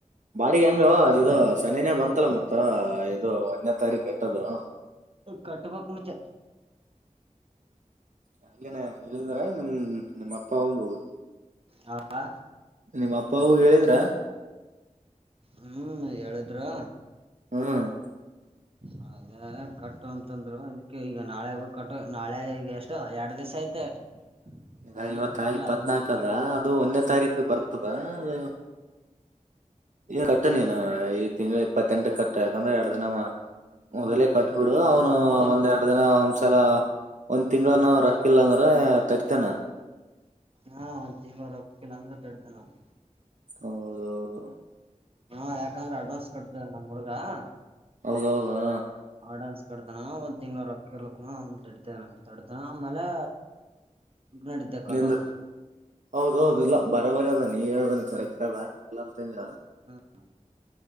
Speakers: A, on the right; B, on the right.
A: ಬಾಡಿಗೆ ಹೆಂಗ್ ಇದು ಶನಿನೇ ಬಂತಲ ಮತ್ತ ಇದು ಒಂದನ ತಾರೀಕ ಕಟ್ಟದು
B: ಕಟ್ಬೇಕು ಮಚ್ಚಿ
A: ಅದಕ್ಕೇನೇಇಂದ್ರ ನಿಮ ನಿಮ್ಮ ಅಪ್ಪ ಹೋಗಬೋುದು
B: ಹಾ
A: ನಿಮ್ಮ ಅಪ್ಪವು ಹೇಳಿದ್ರ
B: ಹ್ಮ್ ಹೇಳಿದ್ರು
A: ಹ್ಮ್
B: ಹಾಗದೇ ಕಟ್ಟು ಅಂತಂದ್ರು ಅದಕ್ಕೆ ಈಗ ನಾಳೆ ಬ ಕಟ್ಟು ನಾಳೆ ಈಗ ಎಷ್ಟೋ ಎರಡ್ ದಿವ್ ಐತೆ
A: ಇದ
B: ನಾ ಇನ್ನ
A: ಇವತ್ತ
B: ಕಟ್ಟಿಲ್ಲ
A: ಇಪ್ಪತ್ನಾಾಕದ
B: ಅವನು ಬ
A: ಅದು ಒಂದನೇ ತಾರೀಕ ಬರ್ತದೆ ಅ ಈ ಕಟ್ಟನಿ ನ ತಿಂಗಳ ಇಪ್ಪತ್ತೆಂಟ ಕಟ್ಟ ಯಾಕಂದ್ರೆ ಎರಡು ದಿನ
B: ಹಾ
A: ಮೊದಲೇ ಕಟ್ಬಿಡು ಅವನು
B: ಮುಂಚೆ
A: ಒಂದೆರಡು ದಿನ ಒಂದ್ಸಲ ಒಂದ್ ತಿಂಗಗಳಾನ ರೊಕ್ಕಿಲ್ಲ ಅಂದ್ರ ತಡಿತಾನ
B: ಹಾ ಒಂದ ತಿಂಗಳವರು ಆಗಕ್ಕಿಲ್ಲ ಅಂದ್ರೆ ತಡಿತಾನ ಅವನ್
A: ಹೌದೌದ
B: ಹಾ ಯಾಕಂದ್ರೆ ಅಡ್ವಾನ್ಸ್ ಕೊಟ್ತದ ನಮ್ಮ ಹುಡ್ಗ ಹ
A: ಹೌದೌದಾ
B: ಡನ್ ಕಡತಾನ ಒಂದ್ ತಿಂಗಳ ರೊಕ್ಕ ಇರ್ಲಕ್ನ ಒಂದ ತಡತಾನ ತಡತಾನ ಆಮೇಲೆ ನಡಿದ್ದೆ ಕಟ್ಟೋಕ
A: ನಿ ಹೌದೌದು ಇಲ್ಲ ಬರಬರಿ ಅದೆ ನೀ ಹೇಳದನ್ ಕರೆಕ್ಟ್ ಅದ ಎಲ್ಲ ಚೇಂಜ್
B: ಹಾ